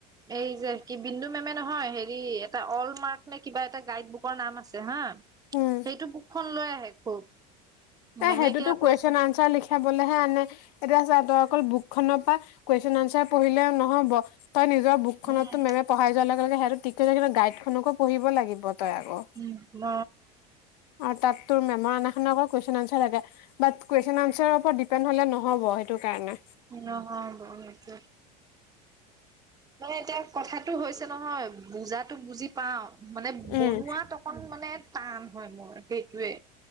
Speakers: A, on the right; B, on the left.
A: এই যে কি বিন্দু মেমে নহয় হেৰি এটা অল মাৰ্ক নে কিবা এটা গাইড বুকৰ নাম আছে হা
B: উম
A: সেইটো বুক খন লৈ আহে। <unintelligible>
B: এ
A: মেমে
B: সেইটোতো
A: এতিয়া কৈছে
B: কুৱেশ্বন আনচাৰ লিখাবলেহে আনে এতিয়া ছা তই অকল বুক খনৰ পৰা কৈ <unintelligible> অনস্বেৰ পঢিলে নহ'ব। তই নিজ বুক খনতো
A: উম
B: মেমে পঢ়ায় যোৱাৰ লগে লগে সেইয়াটো টিক তেতিয়া কিন্তু গাইড খনকো পঢ়িব লাগিব। তই আকৌ
A: উম ন
B: আৰু তাত তোৰ মেমৰ অনা খনকো আক কুৱেশচন আনচাৰ থাকে। বাট কুৱেশ্যন আনচাৰৰ ওপৰত ডিপেণ্ড হলে নহ'ব। সেইটো কাৰণে।
A: নহব সেইটো। মানে এতিয়া কথাটো হৈছে নহয় বুজাতো বুজি পাওঁ। মানে বনোৱাত
B: উম
A: অকণ মানে। টান হয় মোৰ সেইটোৱে।